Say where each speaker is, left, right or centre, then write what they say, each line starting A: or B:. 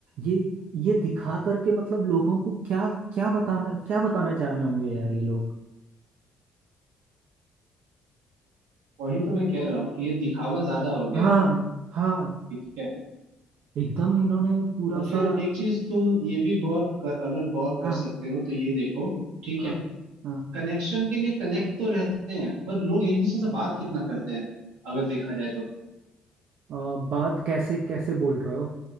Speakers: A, on the right (about 60°); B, on the right (about 75°).
A: ये ये दिखा करके मतलब लोगों को क्या क्या बताना क्या बताना चाह रहे होंगे यार ये लोग
B: वही तो मैं कह रहा हूँ कि ये दिखावा ज्यादा हो गया
A: हाँ
B: है
A: हाँ
B: ठीक है
A: एकदम इन्होंने पूरा
B: और फिर
A: सा
B: एक चीज तुम ये भी गौर कर, अगर गौर
A: हाँ
B: कर सकते हो तो ये देखो ठीक
A: हाँ
B: है
A: हाँ
B: कनेक्शन के लिए कनेक्ट तो रहते हैं पर लोग एक दूसरे से बात कितना करते हैं अगर देखा जाए तो
A: अ, बात कैसे कैसे बोल रहे हो